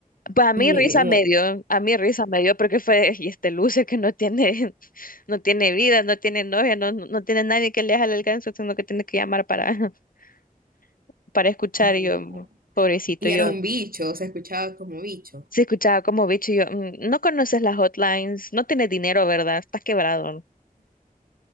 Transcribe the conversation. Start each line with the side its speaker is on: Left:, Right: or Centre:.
Left: Pues a mí
Right: mínimo.
Left: risa me dio, a mí risa me dio porque fue, y este Lucio que no tiene, <laughs> no tiene vida, no tiene novia, no, no no tiene nadie que le haga el alcance, sino que tiene que llamar para, <laughs> para escuchar,
Right: Ay,
Left: y
Right: no.
Left: yo, pobrecito,
Right: Y
Left: yo
Right: era un bicho, se escuchaba como bicho.
Left: se escuchaba como bicho, y yo, "Mm, no conoces las hotlines, no tienes dinero, ¿verdad? Estás quebrado.